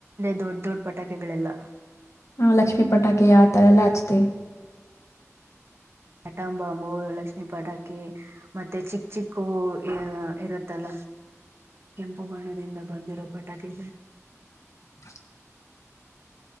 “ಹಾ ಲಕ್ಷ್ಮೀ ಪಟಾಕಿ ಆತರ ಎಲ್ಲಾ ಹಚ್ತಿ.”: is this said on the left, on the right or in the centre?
Left